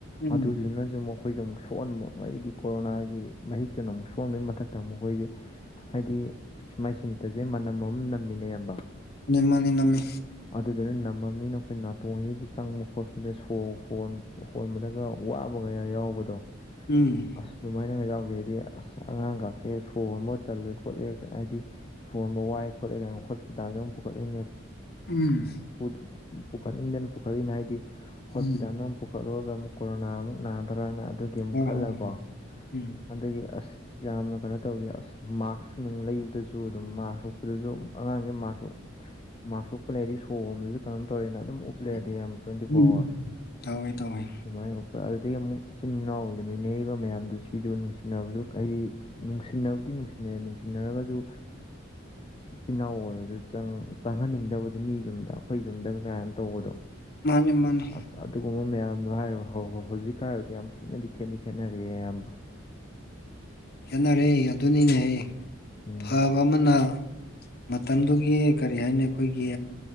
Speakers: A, on the left; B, on the left.
A: ꯎꯝ
B: ꯑꯗꯨꯗꯨꯅꯁꯨ <unintelligible> ꯑꯩꯈꯣꯏꯁꯨꯦ ꯑꯃꯨꯛ ꯁꯣꯛꯍꯟꯕ ꯍꯥꯏꯗꯤ ꯀꯣꯔꯣꯅꯥꯒꯤ ꯃꯍꯤꯛꯇꯨꯅ ꯑꯃꯨꯛ ꯁꯣꯛꯍꯟꯕꯒꯤ ꯃꯊꯛꯇ ꯑꯃꯨꯛ ꯑꯩꯈꯣꯏꯁꯦ ꯍꯥꯏꯗꯤ ꯑꯁ ꯃꯥꯏ ꯁꯦꯅꯤꯇꯔꯁꯦ ꯃꯅꯝ ꯑꯃꯝ ꯅꯝꯃꯤꯅꯦ ꯏꯌꯥꯝꯕ
A: <unintelligible> ꯅꯃꯤ
B: ꯑꯗꯨꯗꯨꯅ ꯅꯝꯃꯅꯤꯅ ꯑꯩꯈꯣꯏ ꯅꯥꯇꯣꯟꯁꯤꯗ ꯆꯪꯕ ꯈꯣꯠꯄꯗ ꯁꯣꯔ ꯍꯣꯟ ꯍꯣꯟꯕꯗꯒ ꯋꯥꯕꯒ ꯀꯌꯥ ꯌꯥꯎꯕꯗꯣ
A: ꯎꯝ
B: ꯑꯁ ꯑꯗꯨꯃꯥꯏꯅꯒ ꯌꯥꯎꯒꯦ ꯍꯥꯏꯗꯤ ꯑꯁ ꯑꯉꯥꯡꯒꯥꯛꯁꯦ ꯁꯣ ꯍꯣꯟꯕꯒ ꯇꯜꯂꯦ ꯈꯣꯠꯂꯦꯒ ꯍꯥꯏꯗꯤ ꯁꯣꯟꯕ ꯋꯥꯏ ꯈꯣꯠꯂꯦ ꯒꯥꯏꯅ ꯍꯣꯁꯄꯤꯇꯥꯜꯗ ꯑꯃꯨꯛ ꯄꯨꯈꯠꯂꯤꯅꯦ
A: ꯎꯝ
B: ꯄꯨ ꯄꯨꯈꯠꯅꯤꯡꯗꯅ ꯄꯨꯈꯠꯂꯤꯅꯤ ꯍꯥꯏꯗꯤ ꯍꯣꯁꯄꯤꯇꯥꯜꯗ
A: ꯎꯝ
B: ꯑꯃꯨꯛ ꯄꯨꯈꯠꯂꯨꯔꯒ ꯑꯃꯨꯛ ꯀꯣꯔꯣꯅꯥ ꯑꯃꯨꯛ ꯅꯥꯗ꯭ꯔꯅ ꯑꯗꯨꯒꯤ ꯑꯃꯨꯛ
A: ꯍꯣꯏ
B: ꯈꯜꯂꯒꯀꯣ
A: ꯍꯣꯏ ꯍꯣꯏ ꯎꯝ
B: ꯑꯗꯨꯒꯤ ꯑꯁ ꯑꯁ ꯌꯥꯝꯅ ꯀꯩꯅꯣ ꯇꯧꯋꯦ ꯑꯁ ꯃꯥꯛꯁ ꯅꯨꯡ ꯂꯩꯕꯗꯁꯨ ꯑꯗꯨꯝ ꯃꯥꯛꯁ ꯎꯞꯄꯗꯁꯨ ꯑꯉꯥꯡꯁ ꯃꯥꯛꯁ ꯎ ꯃꯥꯛꯁ ꯎꯞꯄ ꯂꯩꯔꯗꯤ ꯁꯣꯔꯍꯣꯟꯕꯗꯁꯨ ꯀꯩꯅꯣꯝ ꯇꯧꯔꯦꯅ ꯑꯗꯨꯝ ꯎꯞꯂꯩꯔꯗꯤ
A: ꯎꯝ
B: ꯏꯌꯥꯝꯕ ꯇ꯭ꯋꯦꯟꯇꯤ
A: ꯎꯝ.
B: ꯐꯣꯔ ꯑꯋꯥꯔ
A: ꯇꯧꯋꯤ ꯇꯧꯋꯤ
B: ꯑꯗꯨꯃꯥꯏꯅ ꯎꯄ ꯑꯗꯨꯗꯒꯤ ꯑꯃꯨꯛ ꯏꯆꯤꯟ ꯏꯅꯥꯎ ꯂꯩꯃꯤꯟꯅꯔꯤꯕ ꯃꯌꯥꯝꯗꯨ ꯁꯤꯁꯨ ꯅꯨꯡꯁꯤꯡꯅꯕꯁꯨ ꯑꯩ ꯅꯨꯡꯁꯤꯅꯕꯨꯗꯤ ꯅꯨꯡꯁꯤꯅꯩ ꯅꯨꯡꯁꯤꯅꯔꯒꯁꯨ ꯏꯆꯤꯜ ꯏꯅꯥꯎ ꯑꯣꯏꯔꯁꯨ ꯆꯪꯪ ꯆꯪꯍꯟꯅꯤꯡꯗꯕꯗꯤ ꯃꯤ ꯌꯨꯝꯗ ꯑꯩꯈꯣꯏ ꯌꯨꯝꯗꯒ ꯀꯥꯏꯅ ꯇꯧꯕꯗꯣ
A: ꯃꯥꯅꯤ ꯃꯥꯅꯦ
B: ꯑꯁ ꯑꯗꯨꯒꯨꯝꯕ ꯃꯌꯥꯝꯗꯣ ꯍꯥꯏꯌꯣ ꯍꯣꯏ ꯍꯣꯏ ꯍꯧꯖꯤꯛꯀ ꯍꯥꯏꯔꯣꯗꯤ ꯌꯥꯝ ꯊꯤꯅꯗꯤ ꯈꯦꯟꯗꯤ ꯈꯦꯠꯅꯔꯦ ꯏꯌꯥꯝꯕ
A: ꯈꯦꯠꯅꯔꯦ ꯑꯗꯨꯅꯤꯅꯦ
B: ꯎꯝ
A: ꯐꯕ ꯑꯗꯣ ꯑꯃꯅ ꯃꯇꯝꯗꯨꯒꯤ ꯀꯔꯤ ꯍꯥꯏꯅꯤ ꯑꯩꯈꯣꯏꯒꯤ